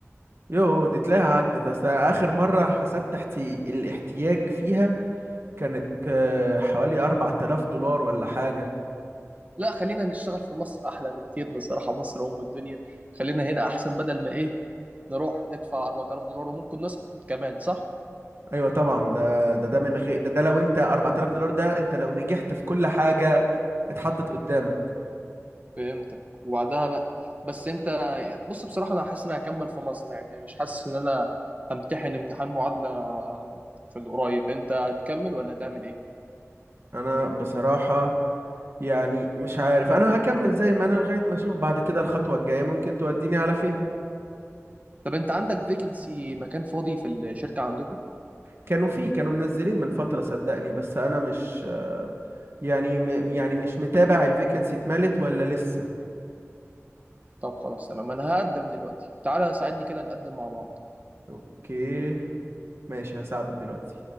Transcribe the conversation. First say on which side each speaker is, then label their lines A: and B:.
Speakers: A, on the right; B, on the right.
A: يو دي تلاقيها عدت اصل اخر مرة حسبت احتي... الاحتياج فيها كانت آه، حوالي 4000 دولار ولا حاجة
B: لا خلينا نشتغل في مصر احلى بكتير بصراحه مصر ام الدنيا خلينا هنا احسن بدل ما ايه نروح ندفع 4000 دولار وممكن نسقط كمان صح
A: ايوه طبعا ده ده ده من غير ده ده لو انت 4000 دولار ده انت لو نجحت في كل حاجة اتحطت قدامك
B: فهمتك وبعدها بقى بس انت يعني بص بصراحه انا حاسس ان أنا هكمل في مصر يعني مش حاسس ان انا همتحن امتحان معادله في القريب انت هتكمل ولا هتعمل ايه
A: انا بصراحة يعني مش عارف انا هكمل زي ما انا لغاية ما اشوف بعد كده الخطوة الجاية ممكن توديني على فين
B: طب انت عندك فيكنسي مكان فاضي في الشركه عندكم
A: كانوا فيه كانوا منزلين من فترة صدقني بس انا مش آه، يعني م... يعني مش متابع الفيكنسي اتملت ولا لسه
B: طب خلاص تمام انا هقدم دلوقتي تعالى ساعدني كده نقدم مع بعض
A: اوكي ماشي هساعدك دلوقتي